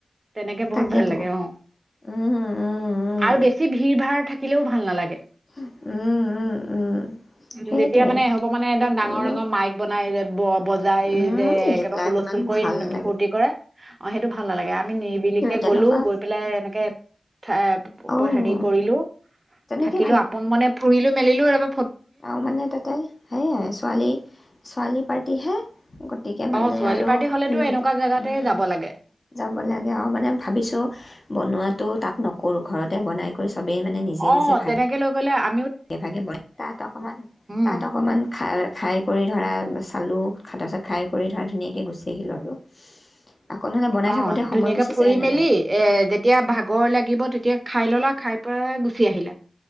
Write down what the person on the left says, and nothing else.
তাকেতো
উম, উম, উম,
উম উম উম
সেইটোৱে
তাকে
বোলো
উম,
এইবিলাক
ইমান
ভাল নালাগে
তেনেকুৱা
অঁ
তেনেকে
তাৰ মানে তাতে সেইয়াই ছোৱালী ছোৱালী পাৰ তিহে গতিকে মানে
আৰু
উ
উম
যাব লাগে আৰু মানে ভাবিছো বনোৱাটো তাত নকৰোঁ ঘৰতে বনাই কৰিছো চবেই মানে নিজে
নিজে ভাবি
লগে - ভাগে বন তাত অকণমান
তাত অকণমান খাই খাই কৰি ধৰা চালু খাতা চাত খাই কৰি ধৰা ধুনীয়াকৈ গুচি আহিলোঁ আৰু আকৌ নহ'লে বনাই
থাকোঁতে সময়
গুচি
যায় নে
নাই